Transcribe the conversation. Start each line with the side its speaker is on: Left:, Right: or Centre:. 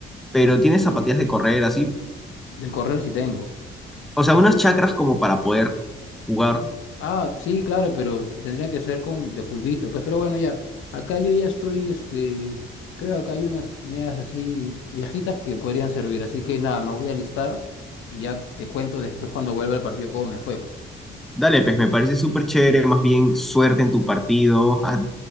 Left: Entonces,
Centre: pero tienes zapatillas de correr, así.
Left: de correr sí tengo.
Centre: O sea, unas chacras como para poder jugar.
Left: Ah, sí, claro, pero tendría que ser con de fulbito, pues, pero bueno, ya, acá yo ya estoy, este, creo que acá hay unas medias así viejitas que podrían servir, así que nada, me voy a alistar y ya te cuento después cuando vuelva el partido cómo me fue, pues.
Centre: Dale, pues me parece súper chévere, más bien suerte en tu partido, ah,